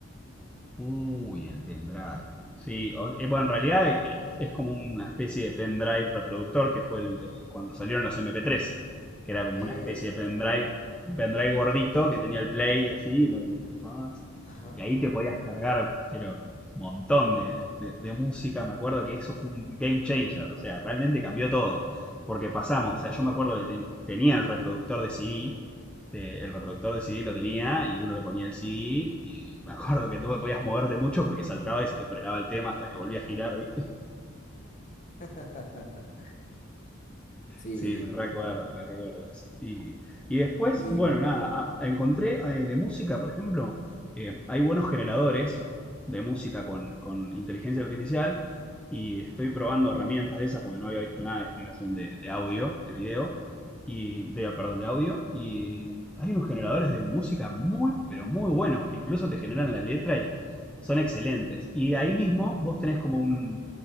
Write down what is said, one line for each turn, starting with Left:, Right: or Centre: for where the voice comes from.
Centre: Uy, el pendrive. Sí, o- eh, bueno, en realidad eh, que es como una especie de pendrive reproductor que fue el, el- cuando salieron los MP3, que era como
Left: Exactamente.
Centre: una especie de pendrive, un pendrive gordito que tenía el play así, lo, lo enchufabas
Left: Ajá,
Centre: y ahí te podías cargar, pero montón de, de- de música. Me acuerdo que eso fue un game changer, o sea, realmente cambió todo, porque pasamos,
Left: cambió
Centre: o sea, yo
Left: todo.
Centre: me acuerdo que ten- tenía el reproductor de CD eh, el reproductor de CD lo tenía y uno le ponía el CD y me <laughs> acuerdo que no podías moverte mucho porque saltaba y se te frenaba el tema hasta que volvía a girar, ¿viste?
Left: <laughs> Sí,
Centre: Sí, me recuerdo, me recuerdo eso. Y, y después,
Left: y...
Centre: bueno, nada, a- encontré eh, de música, por ejemplo, eh, hay buenos generadores de música con, con inteligencia artificial y estoy probando herramientas de esas porque no había visto nada de generación de, de audio, de video, y de, perdón, de audio. Y hay unos generadores de música muy, pero muy buenos que incluso te generan la letra y son excelentes. Y ahí mismo vos tenés como un,